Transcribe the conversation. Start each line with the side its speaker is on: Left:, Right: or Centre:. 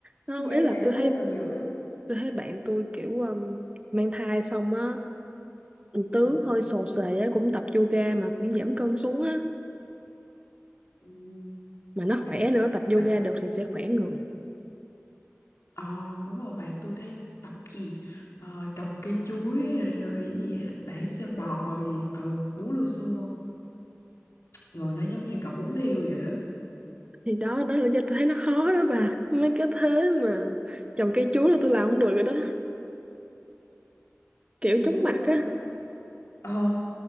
Right: không
Left: cái dáng
Right: ý là
Left: này nó
Right: tôi
Left: cũng
Right: thấy
Left: không cần giữ lắm
Right: tôi thấy bạn tôi kiểu um, mang thai xong á tướng
Left: Ờ,
Right: hơi xồ xề á cũng tập yoga mà cũng giảm cân xuống á
Left: ừm,
Right: mà nó
Left: bạn
Right: khỏe nữa tập
Left: bạn
Right: yoga được thì sẽ khỏe người
Left: ờ đúng rồi bạn tôi thấy tập gì ờ, trồng cây chuối rồi, rồi cái gì đẩy xe bò gì rồi bú lưu xua người nó giống như cậu muốn thiêu vậy đó
Right: thì đó đó là do tôi thấy nó khó đó bà mấy cái thế mà trồng cây chuối là tôi làm không được rồi đó kiểu
Left: kiểu
Right: chóng mặt
Left: ờ
Right: á
Left: ờ,